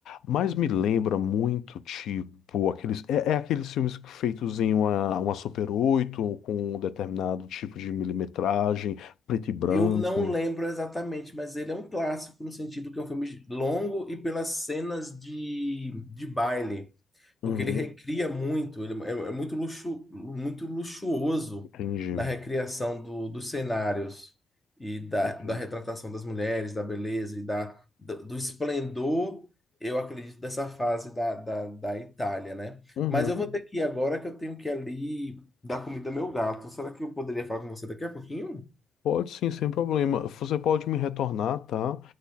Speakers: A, on the left; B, in the centre.
A: mas me lembra muito, tipo, aqueles, é, é aqueles filmes que- feitos em uma, uma Super 8 ou com um determinado tipo de milimetragem, preto e branco.
B: Eu não lembro exatamente, mas ele é um clássico no sentido que é um filme longo e pelas cenas de, de baile, porque
A: Uhum,
B: ele recria muito, ele é, é muito luxu, muito luxuoso
A: entendi,
B: na recriação do- dos cenários e da,
A: entendi.
B: da retratação das mulheres, da beleza e da, do, do esplendor, eu acredito, dessa fase da, da, da Itália, né?
A: Uhum,
B: Mas eu vou ter que ir agora que eu tenho que ir ali dar comida ao meu gato. Será que eu poderia falar com você daqui a pouquinho?
A: pode sim, sem problema. Você pode me retornar, tá?